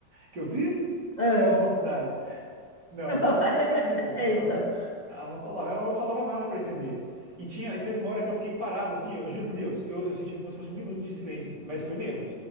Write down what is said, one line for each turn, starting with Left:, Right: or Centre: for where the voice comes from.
Right: que eu fiz?
Left: Ah,
Right: Ou é uma faculdade? Não,
Left: é
Right: mas
Left: uma
Right: ela não
Left: variedade.
Right: falava nada disso.
Left: <laughs> É,
Right: Não.
Left: então.
Right: Ela não falava, ela não falava nada para estender. E tinha, e teve uma hora que eu fiquei parado, assim, eu juro por Deus, eu, eu senti como se fosse um minuto de silêncio, mas foi menos.